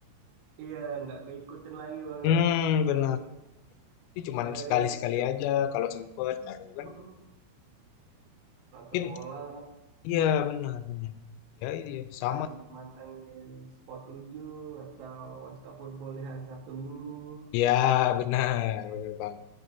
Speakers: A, on the right; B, on the left.
A: Iya, nggak keikutin lagi bang
B: Hmm,
A: ya.
B: benar.
A: Kalau dulu
B: Jadi cuman
A: kita dari
B: sekali-sekali
A: kecil
B: aja kalau sempet, baru kan?
A: mm-mm, nonton
B: Mungkin
A: bola
B: iya benar benar. Ya iya sama.
A: pagi mantengin Sport tujuh atau One Stop Football di hari Sabtu Minggu.
B: Ya benar, benar bang.